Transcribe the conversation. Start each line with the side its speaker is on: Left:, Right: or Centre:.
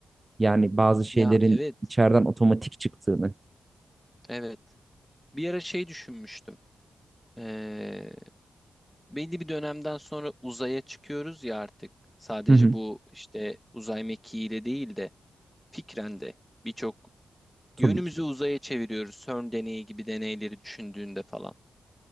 Right: Yani bazı şeylerin
Centre: Ya evet,
Right: içeriden otomatik çıktığını.
Centre: evet. Bir ara şey düşünmüştüm. Ee, belli bir dönemden sonra uzaya çıkıyoruz ya artık. Sadece
Right: Hı hı,
Centre: bu işte uzay mekiğiyle değil de fikren de birçok
Right: tabii
Centre: Yönümüzü
Right: ki.
Centre: uzaya çeviriyoruz. CERN deneyi gibi deneyleri düşündüğünde falan.